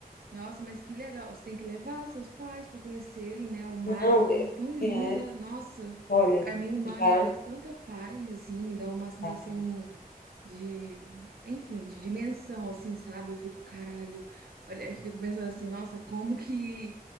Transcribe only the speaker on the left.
Não,
eu
quero.
Olha,
já.
vai.